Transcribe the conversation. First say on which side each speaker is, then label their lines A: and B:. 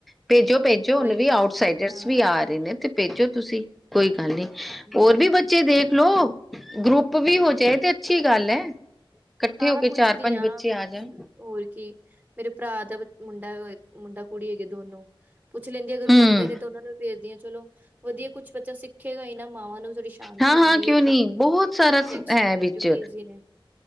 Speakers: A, in the centre; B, on the right (about 15°).
A: ਭੇਜੋ- ਭੇਜੋ
B: ਕੋਈ
A: ਹੁਣ ਵੀ ਆਊਟਸਾਈਡਰਸ
B: ਹਾਂ
A: ਵੀ ਆ। ਆ ਰਹੇ ਨੇ ਤੇ ਭੇਜੋ ਤੁਸੀਂ ਕੋਈ ਗੱਲ ਨੀ
B: ਹੂੰ
A: ਹੋਰ ਵੀ ਬੱਚੇ ਦੇਖ ਲੋੋ ਗਰੁੱਪ ਵੀ ਹੋ ਜਾਏ ਤੇ ਅੱਛੀ ਗੱਲ ਹੈ। ਇਕੱਠੇ
B: ਹਾਂ
A: ਹੋ
B: ਮੈਂ
A: ਕੇ
B: ਪੁੱਛਦੀ
A: ਚਾਰ ਪੰਜ
B: ਹਾਂ
A: ਬੱਚੇ ਆ ਜਾਣ
B: ਹੋਰ ਕੀ ਮੇਰੇ ਭਰਾ ਦਾ ਮੁੰਡਾ- ਮੁੰਡਾ ਕੁੜੀ ਹੈਗੀ ਦੋਨੋ- ਪੁੱਛ ਲੈਂਦੀ ਅਗਰ
A: ਹੂੰ
B: ਉਹ ਮੰਨਦੇ ਨੇ ਤਾਂ ਉਹਨਾਂ ਨੂੰ ਵੀ ਭੇਜਦੀ ਹਾਂ ਚਲੋ ਵਧੀਆ ਕੁੱਛ ਬੱਚਾ ਸਿੱਖੇਗਾ ਹੀ ਨਾ। ਮਾਵਾਂ ਨੂੰ ਵੀ ਥੋੜੀ ਸ਼ਾਂਤੀ
A: ਹਾਂ
B: ਹੁੰਦੀ
A: ਹਾਂ ਕਿਉਂ
B: ਹੈ
A: ਨਹੀਂ ਬਹੁਤ ਸਾਰਾ
B: ਚੈਕਸ
A: ਹੈ ਵਿੱਚ
B: ਐਕਟੀਵਿਟੀਜ ਨੇ।